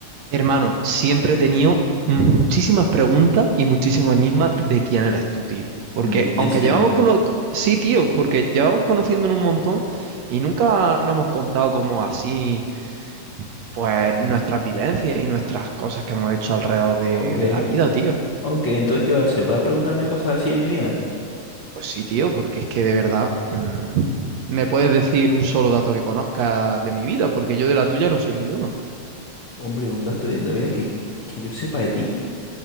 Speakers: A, on the right; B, on the left.
A: Hermano, siempre he tenido muchísimas preguntas y muchísimo enigmas de quién eres tú, tío. Porque
B: ¿De quién
A: aunque
B: soy
A: llevamos
B: yo?
A: cono... Sí, tío, porque llevamos conociéndonos un montón y nunca nos hemos contado como así, pues nuestras vivencias y nuestras cosas que hemos hecho alrededor de,
B: Ok,
A: de la vida, tío.
B: ok, entonces ¿qué vas a hacer? ¿Vas a preguntarme cosas así de mi vida?
A: Pues sí, tío, porque es que de verdad, mm, me puedes decir un solo dato que conozcas de mi vida, porque yo de la tuya no sé ninguno.
B: Hombre, un dato de la vida que, que yo sepa de ti.